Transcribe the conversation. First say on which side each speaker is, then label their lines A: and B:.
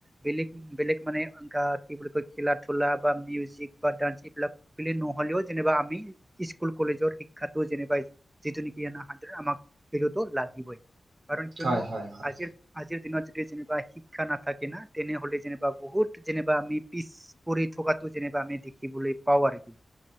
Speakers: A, on the right (about 15°); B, on the right (about 80°).
A: বেলেগ - বেলেগ মানে এ কি বুলি কয় খেলা ধূলা বা মিউজিক বা ডান্স এইবিলাক বুলি নহলেও যেনিবা আমি স্কুল কলেজৰ শিক্ষা যেনিবা যিটো নেকি আমাকতো লাগিবই কাৰণ কিয়নো
B: হয় হয় হয়
A: আজিৰ - আজিৰ দিনত যদি যেনিবা শিক্ষা নাথাকে না তেনেহলে যেনিবা বহুত যেনিবা আমি পিছ পৰি থকাতো যেনিবা আমি দেখিবলৈ পাও আৰু কি